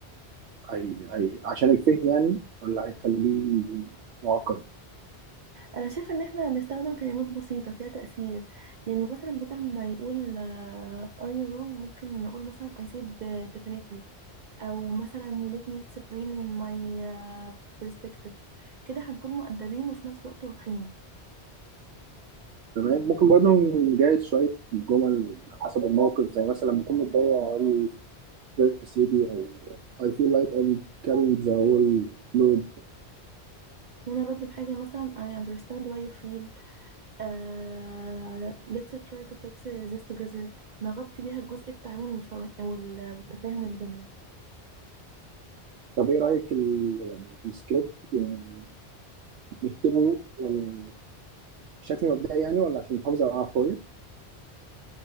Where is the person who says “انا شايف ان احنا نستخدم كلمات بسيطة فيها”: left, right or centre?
Right